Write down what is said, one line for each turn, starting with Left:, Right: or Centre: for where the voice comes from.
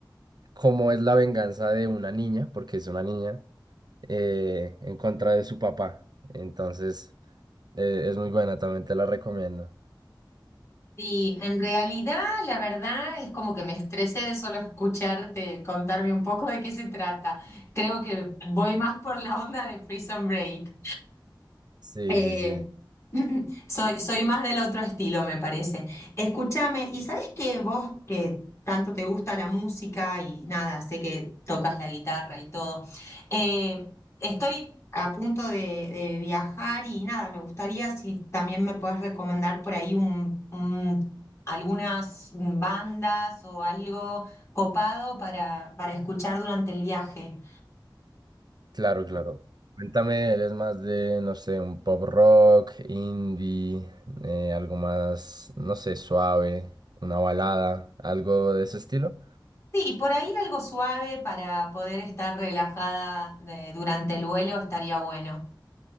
Right: cómo es la venganza de una niña, porque es una niña, eh, en contra de su papá. Entonces... Eh, es muy buena, también te la recomiendo.
Left: Y en realidad, la verdad es como que me estresé de solo escucharte contarme un poco de qué se trata. Creo que voy más por la onda de Prison Break.
Right: Sí,
Left: Eh,
Right: sí, sí.
Left: <laughs> soy, soy más del otro estilo, me parece. Escúchame, ¿y sabes que vos que tanto te gusta la música y nada, sé que tocas la guitarra y todo? eh, estoy a punto de, de viajar y nada, me gustaría si también me puedes recomendar por ahí un, un- algunas bandas o algo copado para, para escuchar durante el viaje.
Right: Claro, claro. Cuéntame, ¿eres más de, no sé, un pop rock, indie, eh, algo más, no sé, suave, una balada, algo de ese estilo?
Left: Sí, por ahí algo suave para poder estar relajada de- durante el vuelo estaría bueno.